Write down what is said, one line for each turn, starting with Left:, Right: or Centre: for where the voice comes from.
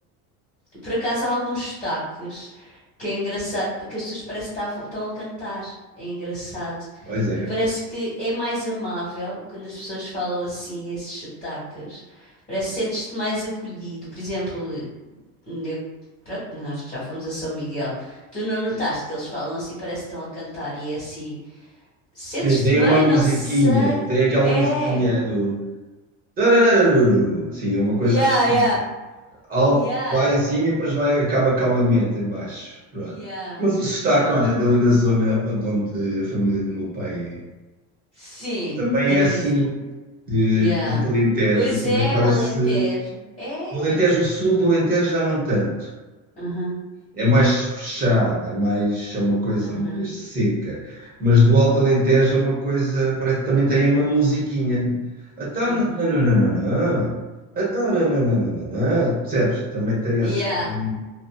Left: Por acaso há alguns sotaques que é engraçado, porque as pessoas parece que estavam- estão a cantar. É engraçado.
Right: pois é,
Left: E parece que é mais amável quando as pessoas falam assim, esses sotaques. Parece que sentes-te mais acolhido. Por exemplo, eu, pronto, nós que já fomos a São Miguel, tu não notaste que eles falam assim, parece que estão a cantar e é assim. Sentes-te
Right: Sim, tem
Left: bem?
Right: uma musiquinha,
Left: Não sei.
Right: tem aquela
Left: É.
Right: musiquinha do. tararararuru, Sim, é uma coisa
Left: Yeah,
Right: que
Left: yeah.
Right: alto
Left: Yeah,
Right: vai em cima e depois vai, acaba calmamente em baixo. Pronto.
Left: yeah.
Right: Mas o sotaque,
Left: Yeah, yeah.
Right: olha, dali da zona onde onde a família do meu pai é,
Left: Sim,
Right: também
Left: Denise.
Right: é assim, de,
Left: Yeah.
Right: do Alentejo,
Left: Pois
Right: também
Left: é,
Right: parece.
Left: o Alentejo. É.
Right: Do Alentejo Sul, do Alentejo já não tanto.
Left: Aham,
Right: É mais fechada, é mais, é uma coisa
Left: aham,
Right: mais seca. Mas do Alto Alentejo é uma coisa, parece que também tem uma musiquinha. Então,
Left: uhum.
Right: não, não, não, não, não. Então, não, não, não, não, não, não. Percebes? Também tem
Left: Yeah.
Right: assim,